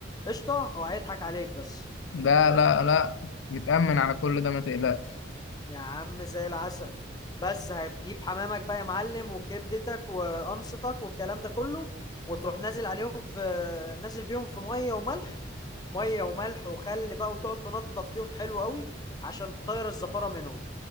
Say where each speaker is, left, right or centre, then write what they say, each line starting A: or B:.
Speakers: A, on the left; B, on the left.
A: قشطه هو هيضحك عليك بس
B: لا لا لا متأمن على كل ده ما تقلقش
A: يا عم زي العسل بس هتجيب حمامك بقى يا معلم وكبدتك وقمصتك والكلام ده كله وتروح نازل عليهم في نازل بيهم في ميه وملح ميه وملح وخل بقى وتقعد تنضف فيهم حلو قوي عشان تطير الزفاره منهم